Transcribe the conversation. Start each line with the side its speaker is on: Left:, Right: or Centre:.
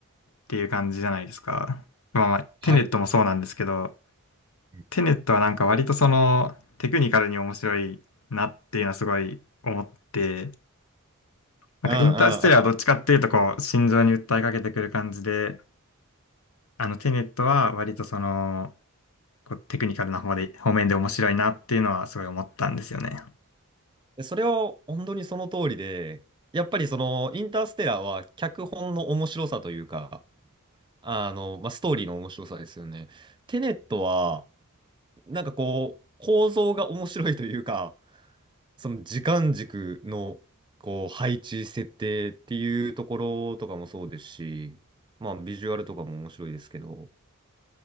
Left: ていう感じじゃないですか。まあまあ、テネットもそうなんですけど、
Right: はい。うん
Left: テネットはなんか割とその、テクニカルに面白いなっていうのはすごい思って、なんかインターステラーはどっちかっていうとこう、
Right: うんうん。
Left: 心情に訴えかけてくる感じで、あのテネットは割とその、こうテクニカルな方で、方面で面白いなっていうのはすごい思ったんですよね。
Right: でそれは本当にその通りで、やっぱりそのインターステラーは脚本の面白さというか、あの、まあ、ストーリーの面白さですよね。テネットは、なんかこう、構造が面白いというか、その時間軸の、こう、配置、設定っていうところとかもそうですし、まあ、ビジュアルとかも面白いですけど、